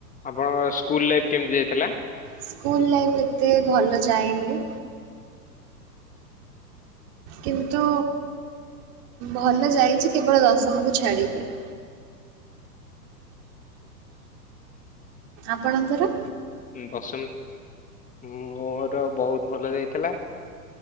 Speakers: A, on the left; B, on the right.
A: ଆପଣଙ୍କ ସ୍କୁଲ ଲାଇଫ୍ କେମିତି ଯାଇଥିଲା?
B: ସ୍କୁଲ୍ ଲାଇଫ୍ ଏତେ ଭଲ ଯାଇନି। କିନ୍ତୁ ଭଲ ଯାଇଚି କେବଳ ଦଶମକୁ ଛାଡ଼ିକି। ଆପଣଙ୍କର?
A: ଦଶମ୍ ମୋର ବହୁତ୍ ଭଲ ଯାଇଥିଲା।